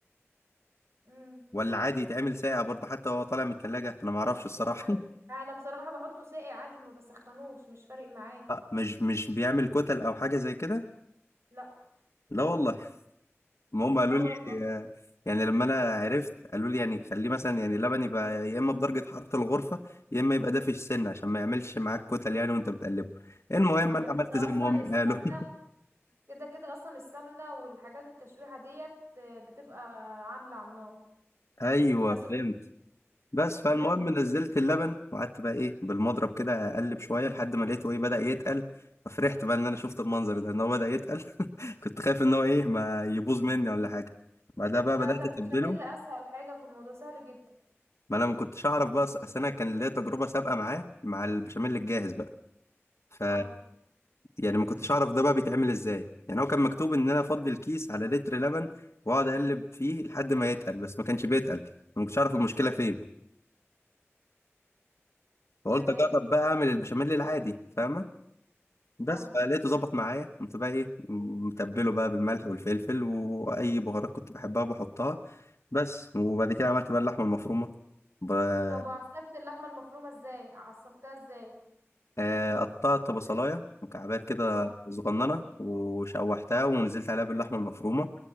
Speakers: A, on the right (about 65°); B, on the left (about 75°).
A: امم
B: ولا عادي يتعمل ساقع برضه حتى وهو طالع من التلاجة انا ما اعرفش الصراحة
A: يتعمل انا بصراحه بحطه ساقع عادي ما بسخنوش مش فارق معايا
B: <laughs> آه، مش مش بيعمل كتل او حاجة زي كده
A: لا
B: لا والله <laughs> ما هم قالوا
A: اه
B: لي
A: والله
B: آه، يعني لما انا عرفت قالوا لي يعني خليه مثلا يعني اللبن يبقى يا اما بدرجة حرارة الغرفة يا اما يبقى دافي السن عشان ما يعملش معاك كتل يعني وانت بتقلبه المهم
A: ما هو
B: انا
A: كده
B: عملت
A: كده
B: زي
A: اصلا
B: ما هم
A: السمنه
B: قالوا <laughs>
A: كده كده اصلا السمنه والحاجات التشويحه ديت آه، بتبقى عامله على النار
B: ايوه
A: بتبقى سخنه
B: فهمت بس فالمهم
A: بتبقى
B: نزلت اللبن وقعدت بقى ايه بالمضرب كده اقلب شويه لحد ما لقيته ايه بدا يتقل ففرحت بقى ان انا شفت المنظر ده ان هو بدا يتقل <laughs> كنت خايف ان هو ايه ما يبوظ مني ولا حاجه بعدها بقى
A: ده
B: بدات
A: ده البشاميل
B: اتبله
A: اسهل حاجه في الموضوع سهل جدا
B: ما انا ما كنتش اعرف بقى اصل انا كان ليا تجربه سابقه معاه مع البشاميل الجاهز بقى ف
A: اه
B: يعني ما كنتش اعرف ده بقى بيتعمل ازاي يعني هو كان مكتوب ان انا افضي الكيس على لتر لبن واقعد اقلب فيه لحد ما يتقل بس ما كانش بيتقل ما كنتش اعرف المشكله فين فقلت
A: تمام
B: اجرب بقى اعمل البشاميل العادي فاهمه بس
A: فاهمه
B: فلقيته ظبط معايا قمت بقى ايه متبله بقى بالملح والفلفل واي بهارات كنت بحبها بحطها بس وبعد كده عملت بقى اللحمه المفرومه ب-
A: طب وعسلكت اللحمه المفرومه ازاي عسلكتها ازاي
B: آه، قطعت بصلاية مكعبات كده
A: اه
B: صغننة وشوحتها ونزلت عليها باللحمة المفرومة